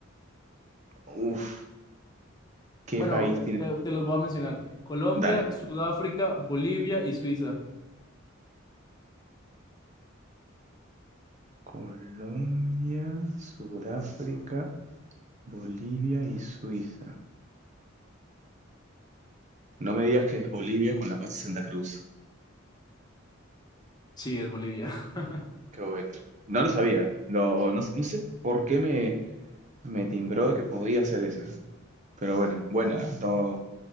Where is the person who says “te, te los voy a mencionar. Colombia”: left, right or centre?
Left